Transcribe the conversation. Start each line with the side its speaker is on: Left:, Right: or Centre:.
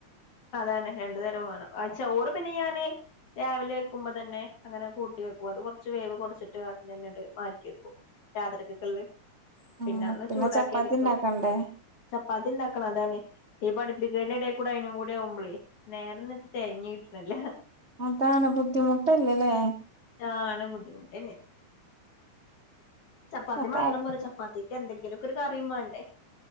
Left: അതന്നെ രണ്ടു തരം വേണം ചോറ് പിന്നെ ഞാന് രാവിലെ വെക്കുമ്പോ തന്നെ അങ്ങനെ കൂട്ടി അത് കുറച്ച് വേവ് കുറച്ചിട്ട് അത്ന്നെ് മാറ്റിവെക്ക രാതരക കള്ള്
Right: ആഹ്
Left: പിന്നെ ഒന്ന് ചൂടാക്കി
Right: ചപ്പാത്തി
Left: എടുക്കും
Right: ഉണ്ടാക്കണ്ടേ
Left: പത്തി ഉണ്ടാക്കണം അതാണ് ഈ പഠിപ്പിക്കട കൂടെ അയി കൂടെ ആവുമ്പളി നേരന്നിട്ട് തതിഞ്ഞ കിട്ടണല്ലോ
Right: അതാണ് ബുദ്ധിമുട്ടല്ലല്ലേ
Left: ചാന ബുദ്ധിമുട്ടേെ ചപ്പാത്തി
Right: അപ്പ
Left: മാത്രം പററ ചപ്പാത്തി എന്തെങ്കിലുംക്ക ഒരു കറിയം വേണ്ടേ